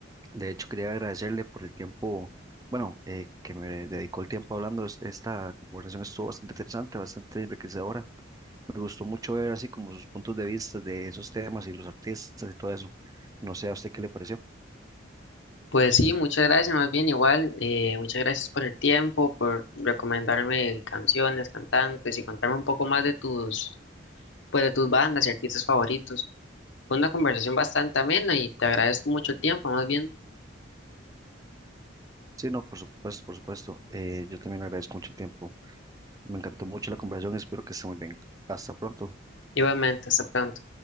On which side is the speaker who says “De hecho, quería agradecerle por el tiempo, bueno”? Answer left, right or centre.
Right